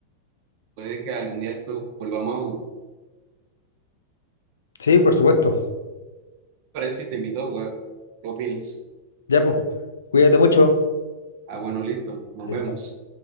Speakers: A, on the right; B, on the left.
A: puede que algún día esto volvamos a jugar.
B: Sí, por supuesto.
A: Parece si te invito a jugar. ¿Qué opinas?
B: Ya, pues, cuídate mucho.
A: Ah, bueno, listo, nos
B: Chao,
A: vemos.
B: chao.